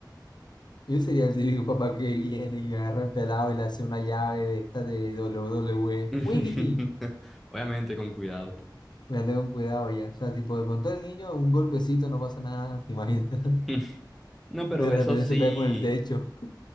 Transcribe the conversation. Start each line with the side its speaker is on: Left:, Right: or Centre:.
Left: Yo sería el típico papá que viene y agarra el pelado y le hace una llave de esta de WWE.
Centre: <laughs>
Left: ¡Fuigiti!
Centre: Obviamente con cuidado.
Left: Voy anda con cuidado ya. O sea, tipo, de pronto el niño, un golpecito, no pasa nada, ¿te imaginas? <laughs>
Centre: <laughs> No,
Left: De
Centre: pero
Left: repente
Centre: eso sí,
Left: se pega con el techo.